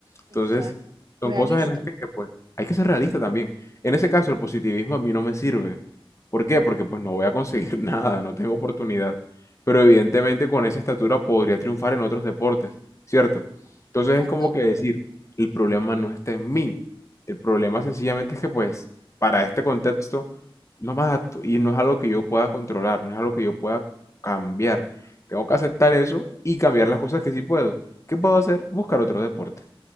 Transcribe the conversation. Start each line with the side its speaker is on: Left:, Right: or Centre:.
Left: Entonces,
Right: exacto,
Left: son
Right: realista.
Left: cosas en las que pues hay que ser realista también. En ese caso, el positivismo a mí no me sirve. ¿Por qué? Porque pues no voy a conseguir <laughs> nada, no tengo oportunidad. Pero evidentemente con esa estatura podría triunfar en otros deportes, ¿cierto? Entonces
Right: Exacto.
Left: es como que decir, el problema no está en mí. El problema sencillamente es que pues para este contexto no me adapto y no es algo que yo pueda controlar, no es algo que yo pueda cambiar. Tengo que aceptar eso y cambiar las cosas que sí puedo. ¿Qué puedo hacer? Buscar otro deporte.